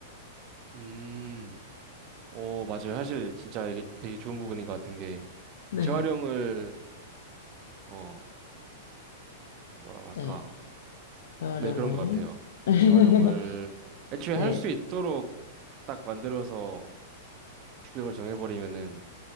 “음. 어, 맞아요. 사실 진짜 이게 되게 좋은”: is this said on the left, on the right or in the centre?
Right